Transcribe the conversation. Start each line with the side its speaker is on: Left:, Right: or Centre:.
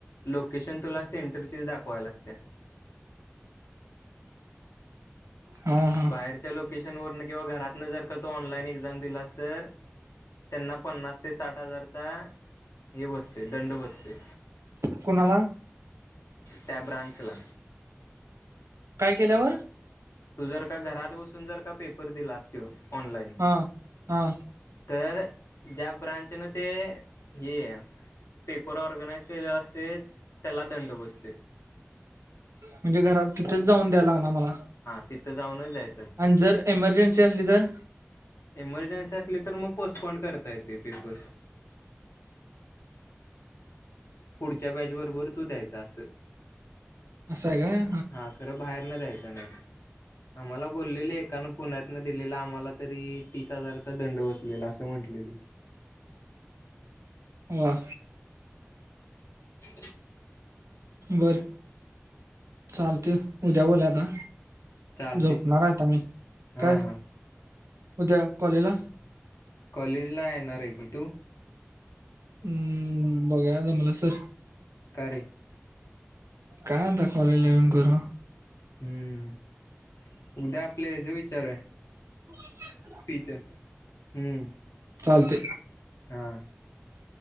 Left: लोकेशन तुला सेंटर च दाखवा लागते
Right: हा हा
Left: बाहेरच्या लोकेशन वरन किंवा घरातनं जर का तो ऑनलाईन एक्झाम दिलास तर त्यांना पन्नास ते साठ हजारचा हे बसते दंड बसते
Right: कोणाला
Left: त्याॅब्रांचला
Right: काय केल्यावर
Left: तू जर का घरात बसून जर का पेपर दिला असतो ऑनलाईन
Right: हा हा
Left: तर ज्या ब्रांचनं ते हे पेपर ऑर्गनाइज केलेला असते त्याला दंड बसते
Right: म्हणजे घरात तिथेच जाऊन द्या लागणार मला.
Left: हा तिथं जाऊनच द्याय
Right: आणि जर एमर्जन्सी असली तर,
Left: एमर्जन्सी असली तर मं पोस्टपोन करता येते पेपर, पुढच्या बॅच बरोबर तू द्यायचा अस
Right: असं आहे काय
Left: हा खरं बाहेर न द्यायचं ना, आम्हाला बोललेली एकानं पुण्यातन दिलेलं आम्हाला, तरी ही तीस हजाराचा दंड बसलेला असं म्हटलेली,
Right: वाआ.
Left: <inaudible>
Right: बर, चालते ये उद्या बोला आता
Left: चालते
Right: झोपणार हाय आत्ता मी,
Left: हा
Right: काय
Left: हा
Right: उद्या कॉलेजला
Left: कॉलेज ला येणार आहे की तूं,
Right: हम्म बघया जमला सर,
Left: कारे,
Right: काय आता कॉलेज ला येऊन करू,
Left: हम्म उद्या आपले या जे विचारूय
Right: त्याच्या
Left: फीचर हम्म
Right: चालते
Left: हा